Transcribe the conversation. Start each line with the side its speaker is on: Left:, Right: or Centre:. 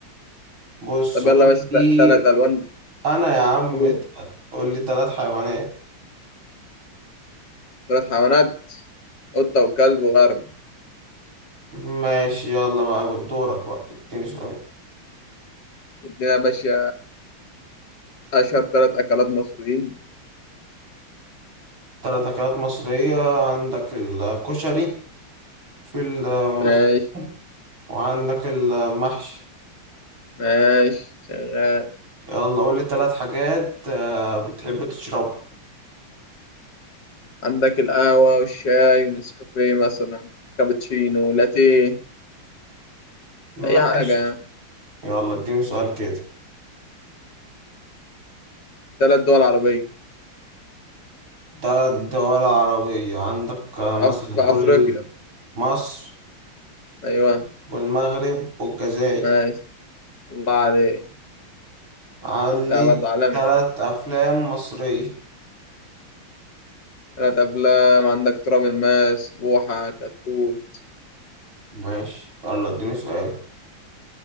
Right: بص
Left: طب
Right: قول
Left: يلا يا باشا
Right: لي
Left: ت- تلات ألوان
Right: انا يا عم
Left: نجوم
Right: اتقل قول لي ثلاث حيوانات
Left: تلات حيوانات قطة وكلب وغرب
Right: ماشي يلا بقى جود دورك بقى اديني سؤال
Left: ادينا يا باشا أشهر تلات أكلات مصريين
Right: ثلاث اكلات مصرية عندك الكشري في الملوخية
Left: ماشي
Right: وعندك المحشي
Left: ماشي شغال
Right: يلا قول لي ثلاث حاجات آه، بتحب تشربها
Left: عندك القهوة والشاي ونسكافيه مثلا كابتشينو لاتيه
Right: ماشي
Left: أي حاجة يعني
Right: يلا اديني سؤال كده
Left: تلات دول عربية
Right: ثلاث دول عربية عندك آه،
Left: في
Right: مثلا
Left: أف- في
Right: قول
Left: أفريقيا
Right: ال- مصر
Left: أيوة
Right: والمغرب والجزائر
Left: ماشي الله عليك
Right: علي
Left: لا برضه عالمي
Right: تلات أفلام مصرية
Left: تلات أفلام عندك تراب الماس بوحة كتكوت
Right: ماشي يلا اديني سؤال